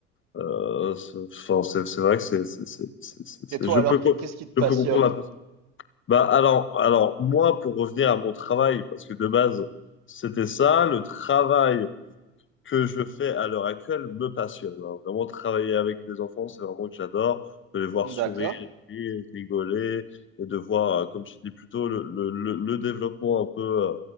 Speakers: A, on the left; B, on the right.
A: Euh, c'est, enfin, c'est c'est vrai que c'est, c'est, c'est, c'est, c'est- c'est-
B: Et toi,
A: je
B: alors,
A: peux,
B: qu'est-
A: co-
B: qu'est-ce qui te
A: je
B: passionne?
A: peux comprendre la personne. Bah, alors, alors, moi, pour revenir à mon travail, parce que de base, c'était ça, le travail que je fais à l'heure actuelle me passionne. hein. Vraiment, travailler avec les enfants, c'est vraiment que j'adore. De les voir
B: D'accord.
A: sourire, rire, rigoler, et de voir, euh, comme je dis plus tôt, le, le, le, le développement un peu euh,